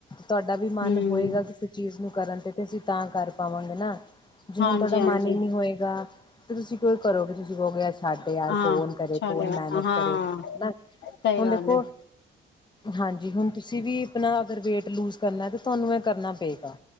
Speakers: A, on the left (about 20°); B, on the left (about 65°).
A: ਤੁਹਾਡਾ ਵੀ ਮਨ
B: ਹਮ
A: ਹੋਏਗਾ, ਕਿਸੇ ਚੀਜ਼ ਨੂੰ? ਕਰਨ ਤੇ। ਤੇ ਅਸੀਂ ਤਾਂ ਕਰ ਪਾਵਾਂਗੇ ਨਾ, ਜੇ
B: ਹਾਂਜੀ
A: ਹੁਣ ਤੁਹਾਡਾ
B: ਹਾਂਜੀ
A: ਮਨ ਹੀ ਨਹੀਂ ਹੋਏਗਾ ਤੇ ਤੁਸੀਂ ਕਿਉਂ ਕਰੋਗੇ? ਤੁਸੀਂ <unintelligible> ਛੱਡ ਯਾਰ
B: ਹਾਂ
A: ਕੌਣ ਕਰੇ,
B: ਛੱਡ
A: ਕੌਣ ਮਿਹਨਤ
B: ਹਾਂ
A: ਕਰੇ, ਹਨਾ।
B: ਸਹੀ
A: ਹੁਣ
B: ਗੱਲ
A: ਦੇਖੋ,
B: ਹੈ
A: ਹਾਂਜੀ ਹੁ ਹੁਣ ਤੁਸੀਂ ਵੀ ਆਪਣਾ ਅਗਰ ਵੇਟ ਲੂਜ਼ ਕਰਨਾ ਏ ਤੇ ਤੁਹਾਨੂੰ ਏਹ ਕਰਨਾ ਪਏਗਾ।